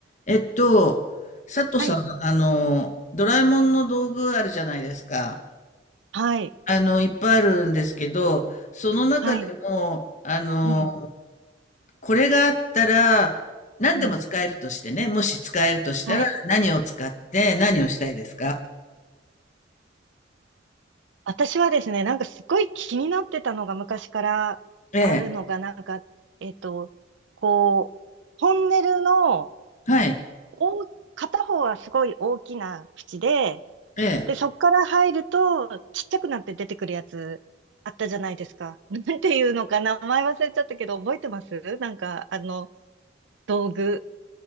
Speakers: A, on the left; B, on the right.
A: えっと、佐藤さん、
B: はい、
A: あの、ドラえもんの道具あるじゃないですか。
B: はい、
A: あの、いっぱいあるんですけど、その中でも、
B: はい、
A: あの、
B: うん、
A: これがあったら、何でも使えるとしてね、
B: うん、
A: もし使えるとしたら、
B: はい。
A: 何を使って何をしたいですか
B: 私はですね、なんかすごい気になってたのが昔からあるのが、
A: ええ、
B: なんか、えっと、こう、トンネルの
A: はい、
B: 大、片方はすごい大きな口で、
A: ええ。
B: で、そこから入るとちっちゃくなって出てくるやつあったじゃないですか。<laughs> なんていうのか名前忘れちゃったけど、覚えてますなんか、あの、道具。